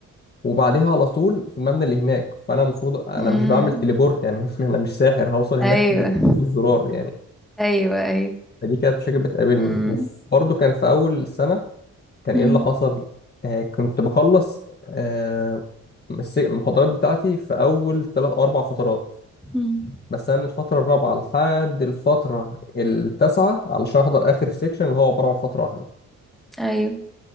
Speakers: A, on the left; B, in the centre.
A: وبعديها على طول في المبنى اللي هناك فأنا المفروض أنا
B: مم.
A: مش بعمل تليبورت يعني <laughs> أنا مش ساحر هوصل
B: ايوه
A: هناك بدوس الزرار يعني
B: ايوه ايوه
A: فدي كانت مشاكل بتقابلني
B: مم.
A: وبرضه كان في أول سنة كان
B: مم.
A: ايه اللي حصل آه كنت بخلص آه الس- المحاضرات بتاعتي في اول ثلاث او اربع فترات
B: مم.
A: بس انا من الفتره الرابعه لحد الفتره التاسعه علشان احضر اخر سيكشن اللي هو عباره عن فتره واحده
B: ايوه